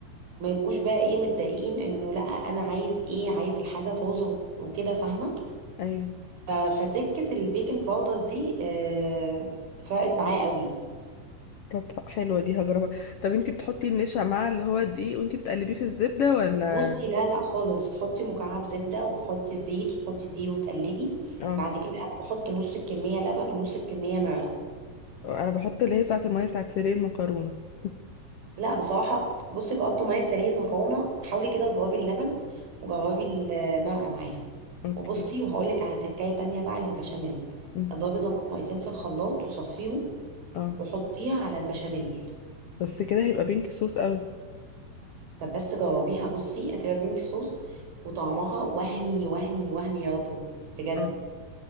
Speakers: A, on the right; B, on the left.
A: ما يبقوش بقى ايه متضايقين انه لا انا عايز ايه عايز الحاجه طازه وكده فاهمه
B: ايوه
A: ف- فتكه البيكنج باودر دي آه، فرقت معايا قوي
B: طب حلوه دي هجربها طب انتي بتحطي النشا مع اللي هو الدقيق وانتي بتقلبيه في الزبده ولا
A: بصي لا لا خالص تحطي مكعب زبدة وتحطي الزيت وتحطي دي وتقلبي
B: اه
A: بعد كده انا بحط نص الكمية لبن ونص الكمية مرقة
B: انا بحط اللي هي بتاعه الميه بتاعه سيرين المكرونه <laughs>
A: لا بصراحة بصي جاوبت مية سليق المكرونة حاولي كده تجاوبي اللبن وجاوبي المرقة معاها
B: اوكي
A: وبصي وهقولك على تكاية تانية بقى للبشاميل
B: أمم.
A: اضربي طماطميتين في الخلاط وصفيهم
B: اه
A: وحطيها على البشاميل
B: بس كده هيبقى بينك صوص قوي
A: طب بس جربيها بصي هتبقى بينك صوص وطعمها وهمي وهمي وهمي يا رضوى بجد
B: اه